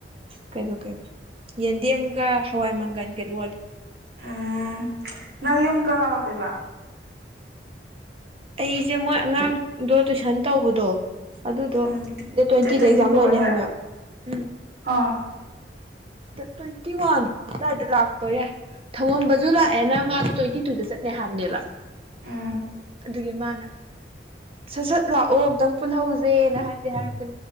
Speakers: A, on the right; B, on the right.
A: ꯀꯩ ꯀꯩ ꯌꯦꯟꯗꯦꯝꯒ ꯍꯋꯥꯏ ꯃꯪꯒꯜꯒ ꯂꯣꯜꯂꯦ
B: ꯎꯝ ꯅꯪ ꯌꯨꯝ ꯀꯀ ꯂꯥꯛꯗꯣꯏꯕ
A: ꯑꯩꯁꯦ ꯃꯣꯏ ꯑꯉꯥꯡꯗꯣ ꯇꯨꯏꯁꯟ ꯇꯧꯕꯗꯣ ꯑꯗꯨꯗꯣ
B: ꯎꯝ
A: ꯗꯦꯠ ꯇ꯭ꯋꯦꯟꯇꯤꯗ
B: ꯇ꯭ꯋꯦꯟꯇꯤ
A: ꯑꯦꯛꯖꯥꯝ
B: ꯐꯣꯔ
A: ꯂꯣꯏꯅꯦ
B: ꯑꯗꯥꯏ
A: ꯍꯥꯏꯕꯕ ꯎꯝ
B: ꯑꯥ
A: ꯇ꯭ꯋꯦꯟꯇꯤ ꯋꯥꯟ ꯂꯗ ꯂꯥꯛꯄ ꯌꯥ ꯊꯧꯉꯝꯕꯁꯨ ꯂꯥꯛꯑꯦꯅ ꯃꯥꯅ ꯇ꯭ꯋꯦꯟꯇꯤ ꯗ ꯆꯠꯦꯍꯝꯗꯦꯕ
B: ꯎꯝ
A: ꯑꯗꯨꯒꯤ ꯃꯥꯅ ꯁꯠ ꯁꯠ ꯂꯥꯛꯑꯣ ꯑꯨꯇꯪ ꯄꯨꯜꯍꯧꯁꯦꯅ ꯍꯥꯏꯗꯤ ꯍꯥꯏꯔꯛꯄ